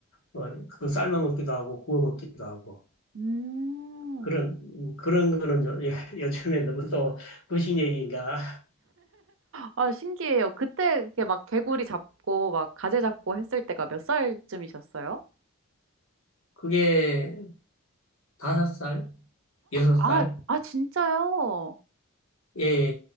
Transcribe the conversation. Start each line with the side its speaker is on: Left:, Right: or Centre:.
Left: 어, 그거 삶아 먹기도 하고 구워 먹기도 하고
Right: 음.
Left: 그런 음, 그런 거는 요, 요- 요즘에 너무 또 구식 얘기인가?
Right: 아, 신기해요. 그때 이렇게 막 개구리 잡고, 막 가재 잡고 했을 때가 몇 살쯤이셨어요?
Left: 그게 다섯 살, 여섯 살?
Right: 아, 아, 진짜요?
Left: 예, 예,